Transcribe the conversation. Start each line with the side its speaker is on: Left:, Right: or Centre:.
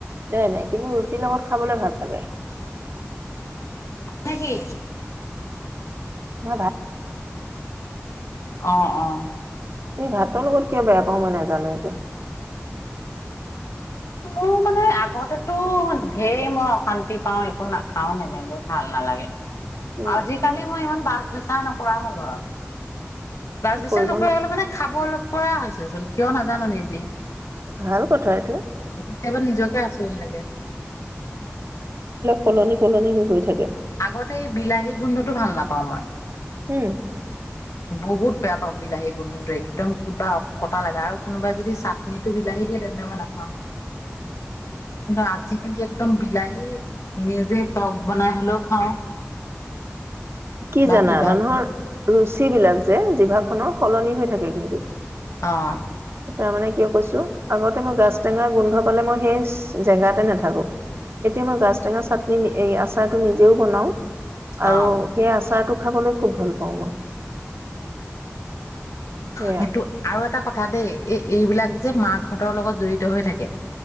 Right: নাই নাই কিন্তু ৰুটিৰ লগত খাবলৈ ভাল লাগে।
Left: নেকি
Right: ন
Left: অ', অ'।
Right: এই ভাতৰ লগত কিয় বেয়া পাওঁ মই নাজানো এইটো।
Left: মোৰ মানে আগতেতো ঢেৰ মই অশান্তি পাও একো নাখাও নেমেলো ভাল নালাগে।
Right: উম
Left: আজ কালি মই ইমান বাছ বিচাৰ নকৰা হ'ল আৰু। বাচ বিচাৰ
Right: কৰিব
Left: নকৰা
Right: ন
Left: হলে মানে খাব অলপ কৰা হৈছে চোন কিয় নাজানো নিজি।
Right: ভাল কথা এ
Left: কেতিয়াবা নিজকে আচৰিত লাগে।
Right: কলনি কলনি হৈ গৈ থ।
Left: আগতে এই বিলাহী। গোন্ধতটো ভাল নাপাওঁ আমাৰ।
Right: উম।
Left: বহুত বেয়া পাওঁ বিলাহী গোন্ধটো একদম কিবা কটা লাগে আৰু কোনোবাই যদি চাটনিটো বিলাহী দিয়ে তেন্তে মই নাখাওঁ। ৰাতি। আজি একদম বিলাহী নিজে। টক বনাই হ'লেও খাওঁ।
Right: কি
Left: বা
Right: জানা
Left: কিবা
Right: মানুহৰ।
Left: বনাই
Right: ৰুচ বিলাক যে জিভা খনৰ সলনি হৈ থাকে কিন্তু।
Left: অ'
Right: তাৰ মানে কিয় কৈছো আগতে মই গাছ টেঙা গোন্ধ পালে মই সেই জেগাতে নাথাকো এতিয়া মই গাছ টেঙা চা এই আচাৰটো নিজেও বনাওঁ। আৰু
Left: অ
Right: সেই আচাৰ আচাৰটো খাবলৈ খুব ভাল পাওঁ মই সেয়া
Left: সেইটো আৰু এটা কথা দেই এই এইবিলাক। যে মাকহঁতৰ লগত জড়িত হৈ থাকে।